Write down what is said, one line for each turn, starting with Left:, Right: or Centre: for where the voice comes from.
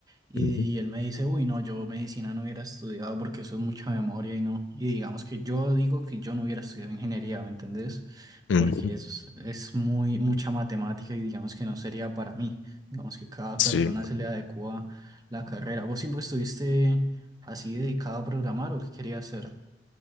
Right: y,
Left: ujú,
Right: él me dice, uy, no, yo medicina no hubiera estudiado porque eso es mucha memoria y no. Y digamos que yo digo que yo no hubiera estudiado ingeniería, ¿me entendés?
Left: ujú,
Right: Porque es, es muy, mucha matemática y digamos que no sería para mí. Digamos que cada
Left: sí.
Right: persona se le adecua la carrera. ¿Vos siempre estuviste así dedicado a programar o qué quería hacer?